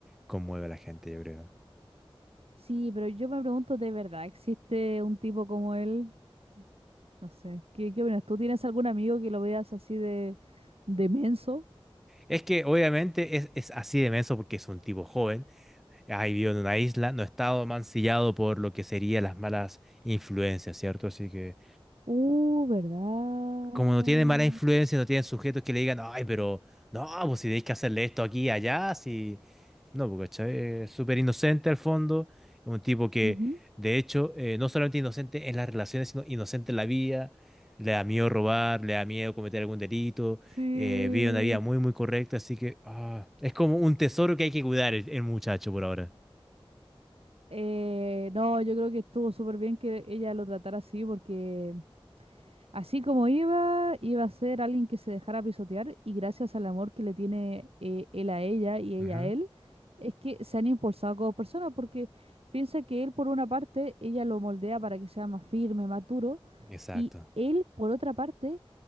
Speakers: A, in the centre; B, on the right (about 85°).
A: conmueve a la gente, yo creo.
B: Sí, pero yo me pregunto, ¿de verdad existe un tipo como él? No sé, ¿qué, qué opinas? ¿Tú tienes algún amigo que lo veas así de, de menso?
A: Es que obviamente es, es así de menso porque es un tipo joven, ha vivido en una isla, no ha estado mancillado por lo que serían las malas influencias, ¿cierto? Así que
B: Uh, ¿verdad?
A: como no tiene mala influencia, no tienen sujetos que le digan, ay, pero no, pues si tenéis que hacerle esto aquí y allá, si... No, porque ¿cachai? es súper inocente al fondo, es un tipo que,
B: Ujú,
A: de hecho, eh, no solamente inocente en las relaciones, sino inocente en la vida, le da miedo robar, le da miedo cometer algún delito,
B: Sí.
A: eh, vive una vida muy, muy correcta, así que ah, es como un tesoro que hay que cuidar el, el muchacho por ahora.
B: Eh, no, yo creo que estuvo súper bien que ella lo tratara así porque... Así como iba, iba a ser alguien que se dejara pisotear y gracias al amor que le tiene eh, él a ella y ella
A: Ujú,
B: a él, es que se han impulsado como personas porque piensa que él por una parte, ella lo moldea para que sea más firme, más duro
A: Exacto.
B: y él por otra parte,